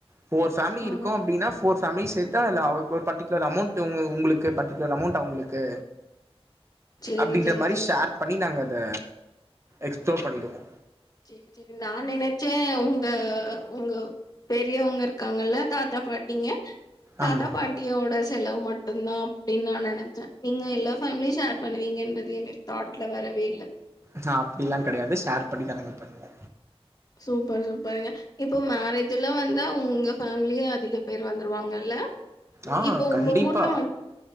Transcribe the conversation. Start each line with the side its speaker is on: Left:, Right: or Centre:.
Right: ஃபோர் ஃபேமிலி
Left: ஓ!
Right: இருக்கும் அப்டினா ஃபோர் ஃபேமிலி சேத் தேவல்ல <unintelligible> ஒரு பர்டிகுலர் அமௌண்ட்டு உங்களு உங்ளுக்கு பர்டிகுலர் அமௌண்ட் அவங்களுக்கு
Left: சரி,
Right: அப்டின்ற
Left: சரி,
Right: மாரி
Left: சரி.
Right: ஷேர்ப் நாங்க அத எக்ஸ்ப்ளோர் பண்ணிடுவோ
Left: செரி செரி நா நினைச்சே உங்க- உங்க பெரியவங்க இருக்காங்கல்ல தாத்தா பாட்டிங்க தாத்தா
Right: ஆமா
Left: பாண்டியோட செலவுமட் மட்டும்தான் அப்டின் நான் நென ச நீங்க எல்லா ஃபேமிலியும் ஷேர் பண்ணுவீங்கன் அது எங்க தாட்ல வரவே இல்ல
Right: நான் அப்டிலா கடையாது ஷேர் பண்ணி தா நாங்க பண்ணுவோ
Left: சூப்பர் சூப்பருங்க இப்போ மேரேஜ்ல்லா வந்தா உங்க ஃபேமிலியே அதிக பேர் வந்துருவாங்கல்ல
Right: ஆ
Left: இ இப்ப
Right: கண்டிப்பா
Left: உங்க ஊர்ல மட்